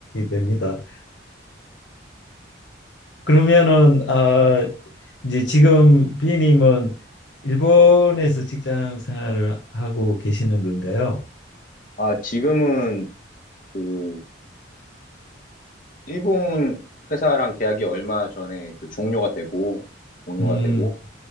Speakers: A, on the left; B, on the left.
A: 됩니다. 그러면은 아 이제 지금 비님은 일본에서 직장 생활을 하고 계시는 건가요?
B: 아, 지금은 그 일본 회사랑 계약이 얼마 전에 그 종료가 되고 종료가
A: 음.
B: 되고